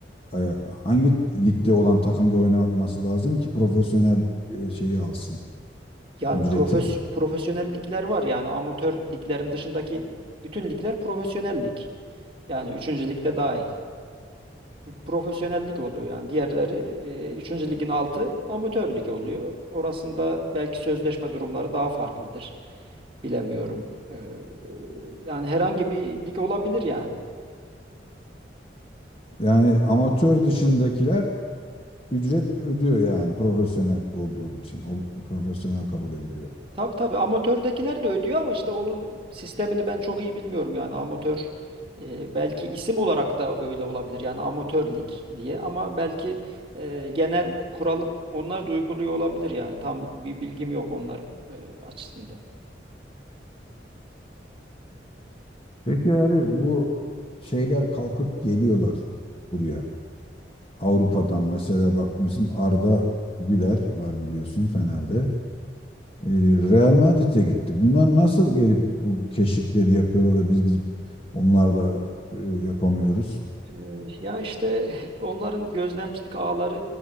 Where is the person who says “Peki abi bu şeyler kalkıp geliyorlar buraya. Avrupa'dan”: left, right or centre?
Left